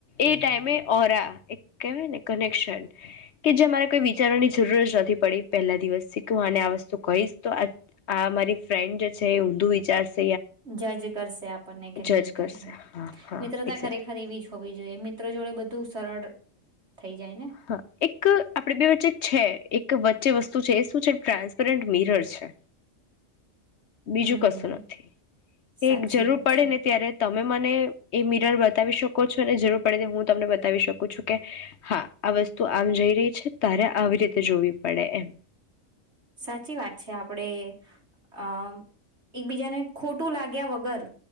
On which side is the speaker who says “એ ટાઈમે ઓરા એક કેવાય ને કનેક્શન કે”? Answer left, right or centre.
Left